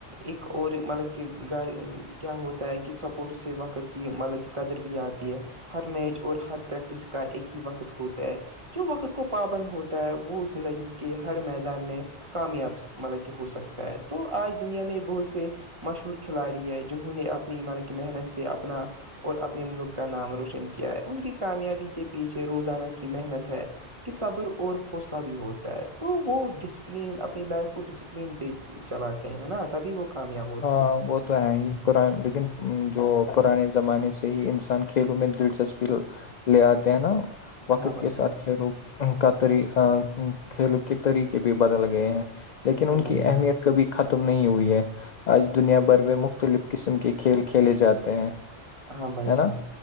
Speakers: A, on the right; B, on the left.
A: ایک اور مطلب کی گائے کیا ہوتا ہے کی سپورٹس سے وقت کی مطلب کی قدر بھی آتی ہے ہر میچ اور ہر پریکٹس کا ایک ہی وقت ہو ہوتا ہے جو وقت کو پابند ہوتا ہے وہ زندگی کے ہر میدان میں کامیاب مطلب کہ ہو سکتا ہے تو آج دنیا میں بہت سے مشہور کھلاڑی ہے جنہوں نے اپنی مطلب کی محنت سے اپنا اور اپنے ملک کا نام روشن کیا ہے ان کی کامیابی کے پیچھے روزانہ کی محنت ہے کے صبر اور حوصلہ بھی ہوتا ہے تو وہ ڈسپلین اپنی لائف کو ڈسپلین پے چلاتے ہیں نا تبھی وہ کامیاب ہوتے
B: ہاں
A: ہیں
B: وہ تو ہے ہی پران لیکن جو پرانے زمانے سے ہی انسان کھیلوں میں دلچسپی لے آتے ہیں نا وقت
A: ہاں بھائی
B: کے
A: جان
B: ساتھ کھیلو ان کا طریقہ کھیل کے طریقے بھی بدل گئے ہیں لیکن
A: ہاں
B: ان
A: بھائی
B: کی
A: جان
B: اہمیت کبھی ختم نہیں ہوئی ہے آج دنیا بھر میں مختلف قسم کے کھیل کھیلے جاتے ہیں
A: ہاں بھائی
B: ہے
A: جان
B: نا